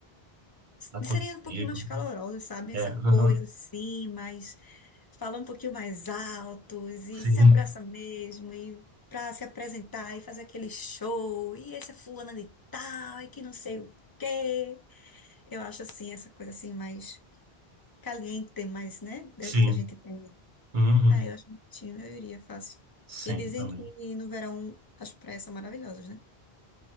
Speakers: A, on the right; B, on the left.
A: Aconchego.
B: Seria um pouquinho mais calorosa, sabe?
A: É,
B: Essa
A: aham.
B: coisa assim, mas falar um pouquinho mais altos e
A: Sim.
B: se abraça mesmo e para se apresentar e fazer aquele show. E esse é fulana de tal e que não sei o quê. Eu acho assim, essa coisa assim mais caliente, mais, né?
A: Sim.
B: Que a gente tem.
A: Uhum.
B: Ah, eu acho bonitinho, eu iria fácil.
A: Sim,
B: E dizem
A: também.
B: que no verão as praias são maravilhosas, né?